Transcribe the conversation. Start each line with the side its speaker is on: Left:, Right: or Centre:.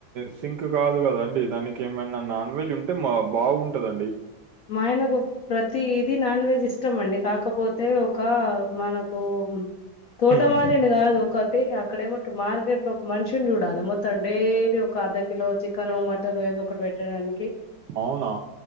Right: సింక్ కాదు కదా అండి దాని ఇంకేమైనా నాన్వెజ్ ఉంటే మ బాగుంటదండి
Left: మాయనకు ప్రతీది నాన్వెజ్ ఇష్టం మండి కాక పోతే ఒక మనకు తోట
Right: హ్మ్.
Left: మాదిరి కాదు ఒకటి అక్కడ ఏమో మార్కెట్ లో ఒక మనిషిని చూడాలి మొత్తం డైలీ ఒక అర్ధ కిలో చికెన్ మటన్ ఏదో ఒకటి పెట్టడానికి
Right: అవునా